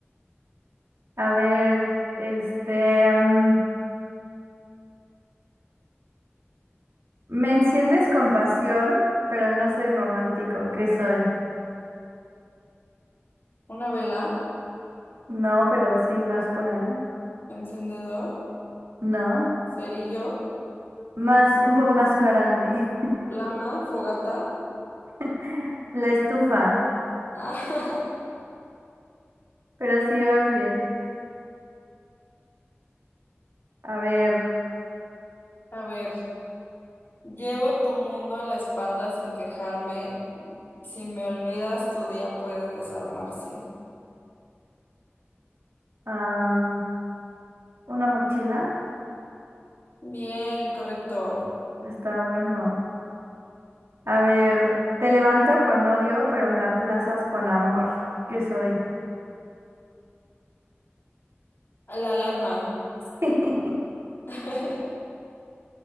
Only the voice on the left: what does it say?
Una vela,
encendedor,
cerillo,
plama, fogata.
Ah, <laughs>
A ver, llevo tu mundo a la espalda sin quejarme. Si me olvidas, tu día puede desarmarse.
Bien, correcto.
A La alarma.
<laughs>